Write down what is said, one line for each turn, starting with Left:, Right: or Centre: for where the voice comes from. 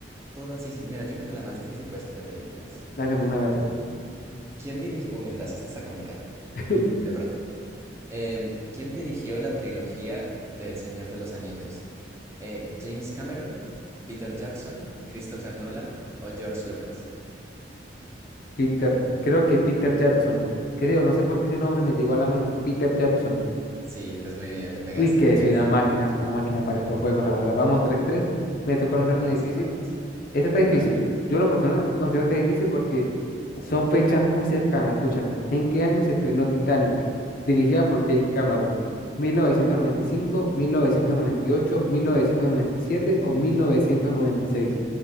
Right: Todas sí, sí. Mira, yo creo que la más difícil puede ser de películas.
Left: Lánzame una a ver.
Right: ¿Quién dirigió? Uy, mientras esta está complicada.
Left: <laughs>
Right: De pronto. Em, ¿quién dirigió la trilogía del Señor de los Anillos? Eh, ¿James Cameron, Peter Jackson, Christopher Nolan o George Lucas?
Left: Peter, creo que Peter Jackson. Creo, no sé por qué ese nombre me llegó a la mente. Peter Jackson.
Right: Sí, pues muy bien, le pegaste,
Left: Uy, que
Right: le pegaste.
Left: soy una máquina, soy una máquina para estos juegos, la verdad. Vamos tres tres Me tocó lanzar una
Right: Vamos
Left: difícil.
Right: empatados.
Left: Esta está difícil.
Right: A ver.
Left: Yo en lo personal considero esta difícil porque son fechas muy cercanas. Escúchala. ¿En qué año se estrenó Titanic? Dirigida por James Cameron. mil mil mil novecientos
Right: Ay,
Left: novecientos novecientos noventa noventa y y cinco ocho mil novecientos noventa y siete o mil novecientos noventa y seis